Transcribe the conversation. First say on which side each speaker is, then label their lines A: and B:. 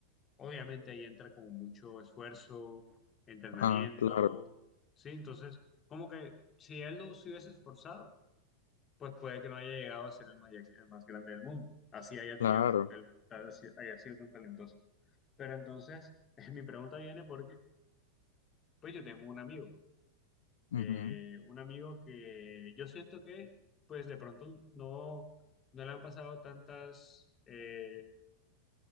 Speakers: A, on the left (about 25°); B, on the left (about 65°).
A: obviamente ahí entra como mucho esfuerzo, entrenamiento,
B: Ah, claro,
A: ¿sí? Entonces, como que si él no se hubiese esforzado, pues puede que no haya llegado a ser el, maya- el más grande del mundo, así haya tenido,
B: claro.
A: como que haya sido tan talentoso. Pero entonces, <laughs> mi pregunta viene porque, pues yo tengo un amigo. eh,
B: Ujú,
A: un amigo que yo siento que, pues de pronto no, no le han pasado tantas, eh,